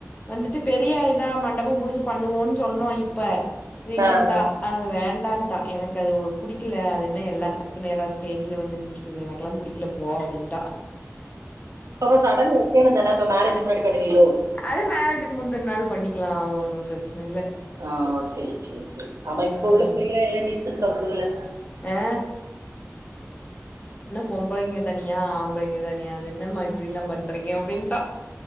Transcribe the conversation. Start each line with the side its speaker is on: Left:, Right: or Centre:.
Left: வந்துட்டு பெரிய இதா மண்டபம் புடிச்சு பண்ணுவோன்னு சொன்னோம் இப்ப ரீசன்டாஹ்
Right: ஆ ஆ
Left: வேண்டான்ட்டான் எனக்கு அது ஒரு புடிக்கல அது என்ன எல்லாத்துக்கும் நேரா ஸ்டேஜ்ல வந்து நிக்குது எனக்கெல்லாம் புடிக்கல போ அப்படின்
Right: அப்ப சடன்னு வைக்கேணும் தானா இப்ப மேரேஜ் முன்னாடி பண்ணுவீங்களோ
Left: அது மேரேஜுக்கு முந்தின பண்ணிக்கலாம் ஒண்ணு பிரச்சன இல்ல
Right: ஆ சரி சரி சரி ஆமா இப்ப உள்ள
Left: ஆமா.
Right: பிள்ளைகளாம் எல்லாம் டீசன்ட் பாக்குதுல
Left: ஆ பொம்பளைைங்க தனியா ஆம்பளைங்க தனியா அது என்ன இப்படிலாம் பண்றீங்க அப்படின்னு